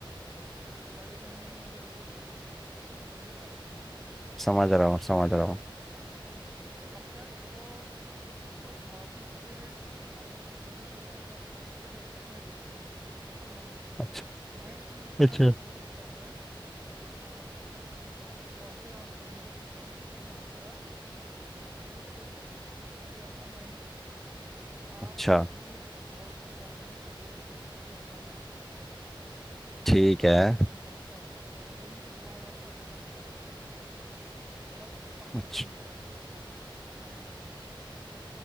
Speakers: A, on the right; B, in the centre.
A: जब गाड़ी का इंजन ही ओवर हीट हो जाए समझ रहा है
B: समझ रहा हूँ समझ रहा हूँ
A: हाँ अब क्या है इसको इस, इसको वापस से नॉर्मल करने का तरीका क्या होता है उसके लिए होती है मेडिटेशन और माइंडफुलनेस
B: अच्छा
A: माइंडफुलनेस
B: अच्छा
A: का मतलब होता है कि आप जहाँ जहाँ पे आप फिजिकली प्रेजेंट हो वहाँ पर आप मेंटली भी प्रेजेंट हो ये होता है माइंडफुलनेस कि आप
B: अच्छा
A: अपने थॉट्स के बारे में अवेयर हो ये होता है माइंडफुलनेस
B: ठीक है
A: आप क्या सोच रहे हो ऐसा नहीं कि दिमाग आपका बेकाबू हो रहा है कहीं भी थॉट जा रहे हैं थोड़ा पकड़
B: अच्छा
A: बनी हो आपके आपके अपने दिमाग पर